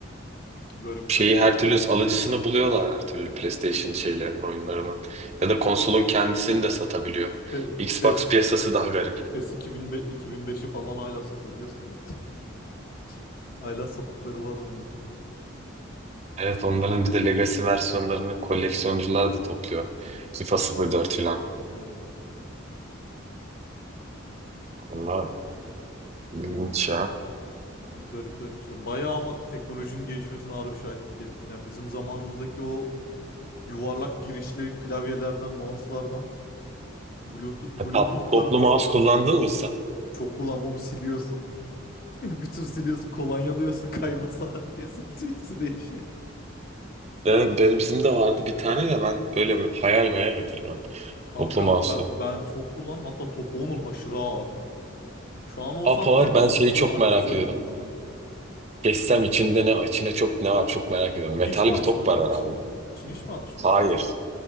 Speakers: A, on the left (about 45°); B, on the right (about 35°).
A: Garip
B: Şeyi
A: garip
B: her
A: işler
B: türlü
A: ya.
B: alıcısını buluyorlar her türlü PlayStation şeylerin oyunlarının. Ya da konsolun kendisini
A: O
B: de satabiliyor.
A: Pe-
B: Xbox
A: PES
B: piyasası daha garip.
A: PES 2005 2005'i falan hala satabilirsin lan. <laughs> Hala sapıkları var onların.
B: Evet onların bir de Legacy versiyonlarını koleksiyoncular da topluyor. FIFA 04 falan.
A: Hı hı.
B: Bunlar ilginç
A: O
B: ya.
A: garip garip şeyler. Bayağı ama teknolojinin gelişmesine harbi şahitlik ettik. Yani bizim zamanımızdaki o yuvarlak girişli klavyelerden, mouse'lardan, Bluetooth, Bluetooth'lara
B: E, Top, toplu
A: falan
B: mouse kullandın mı sen?
A: çok kullanmam siliyorsun. <laughs> Bir tür siliyorsun, kolonyalıyorsun kayması var diye. <laughs> Sentimizi değişiyor.
B: Ben, benim bizim de vardı bir tane de ben böyle bir hayal meyal hatırlıyorum.
A: Kanka
B: Toplu mouse'u.
A: ben, ben çok kullanırım. Hatta topu onun aşırı ağır. Şu an olsa
B: Apower
A: hatta ağırlık
B: ben şeyi çok
A: olarak
B: merak
A: güzel
B: ediyordum.
A: olur bana.
B: Kessem içinde ne, içine çok ne var çok merak ediyorum. Metal
A: Hiç mi
B: bir
A: açmadın
B: top var
A: içini?
B: herhalde.
A: İçini hiç mi açmadın?
B: Hayır.